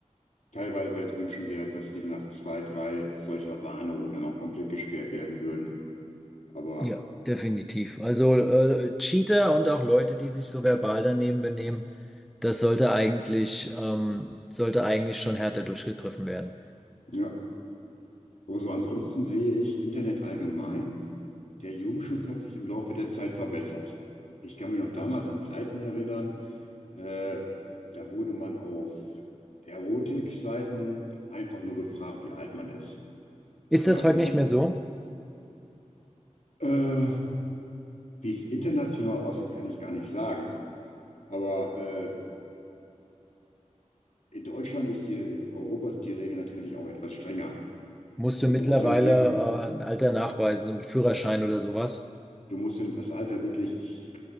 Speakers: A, on the left; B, in the centre.
A: teilweise wäre es wünschenswert, dass die nach zwei, drei solcher Warnungen dann auch komplett gesperrt werden würden. Aber
B: Ja, definitiv. Also äh, Cheater und auch Leute, die sich so verbal daneben benehmen, das sollte eigentlich, ähm, sollte eigentlich schon härter durchgegriffen werden.
A: ja, also ansonsten sehe ich Internet allgemein. Der Jugendschutz hat sich im Laufe der Zeit verbessert. Ich kann mich noch damals an Zeiten erinnern, äh, da wurde man auf Erotikseiten einfach nur gefragt, wie alt man ist.
B: Ist
A: So
B: das
A: nach
B: heute
A: dem
B: nicht
A: Motto,
B: mehr so?
A: äh, wie es international aussieht, kann ich gar nicht sagen. Aber äh, in Deutschland ist die, in Europa sind die Regeln natürlich auch etwas strenger.
B: Musst du
A: Du
B: mittlerweile
A: brauchst dann wirklich,
B: äh, ein Alter nachweisen, so mit Führerschein oder sowas?
A: du musst dann das Alter wirklich